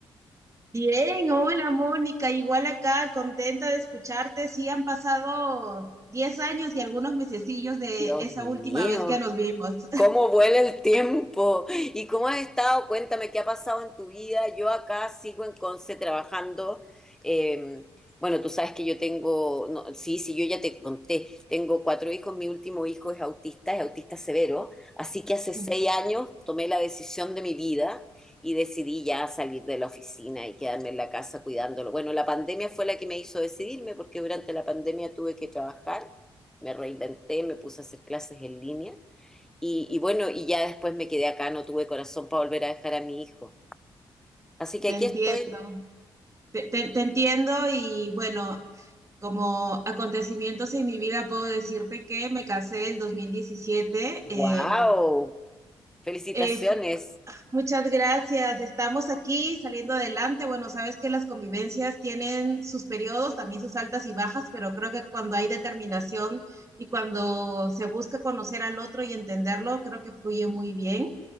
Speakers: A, on the right (about 30°); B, in the centre.
A: Bien, hola Mónica, igual acá, contenta de escucharte. Sí, han pasado 10 años y algunos mesecillos de
B: Dios
A: esa
B: mío.
A: última vez que nos vimos.
B: ¿Cómo vuela el tiempo? ¿Y cómo has estado? Cuéntame qué ha pasado en tu vida. Yo acá sigo en Conce trabajando. Eh, bueno, tú sabes que yo tengo, no, sí, sí, yo ya te conté, tengo cuatro hijos, mi último hijo es autista, es autista severo, así que hace seis
A: <laughs>
B: años tomé la decisión de mi vida y decidí ya salir de la oficina y quedarme en la casa cuidándolo. Bueno, la pandemia fue la que me hizo decidirme porque durante la pandemia tuve que trabajar, me reinventé, me puse a hacer clases en línea. Y, y bueno, y ya después me quedé acá, no tuve corazón para volver a dejar a mi hijo. Así que
A: Te
B: aquí
A: entiendo,
B: estoy.
A: te, te- te entiendo y bueno, como acontecimientos en mi vida puedo decirte que me casé el 2017.
B: ¡Wow!
A: em,
B: Felicitaciones.
A: eh, fu- Muchas gracias. Estamos aquí saliendo adelante. Bueno, sabes que las convivencias tienen sus periodos, también sus altas y bajas, pero creo que cuando hay determinación y cuando se busca conocer al otro y entenderlo, creo que fluye muy bien.